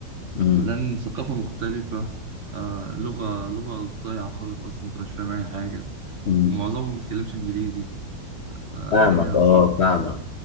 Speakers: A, on the left; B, on the right.
A: امم
B: لأن ثقافة مختلفة آه لغة لغة ضايعة خالص أصلا أنت مش فاهم أي حاجة
A: امم
B: ومعظمهم ما بيتكلمش إنجليزي فالدنيا
A: فاهمك اه
B: صعبة
A: فاهمك